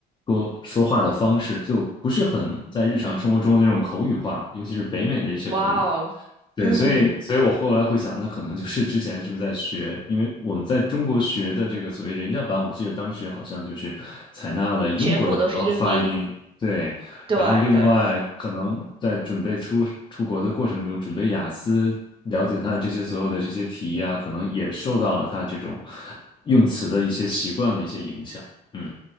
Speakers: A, on the left; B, on the right.
A: 说说话的方式，就不是很在日常生活中的那种口语化，
B: 嗯，
A: 尤其是北美的一些口语化。”
B: 哇哦，
A: 对，
B: 嗯，
A: 所以，所以我后来会想，那可能就是之前是不是在学？因为我们在中国学的这个所谓人教版，我记得当时好像就是采纳了英国的很多发音，
B: 全部都是英音，
A: 对。
B: 对对。
A: 然后另外，可能在准备出出国的过程中，准备雅思，了解它这些所有的这些题呀、可能也受到了他这种用词的一些习惯的一些影响。嗯。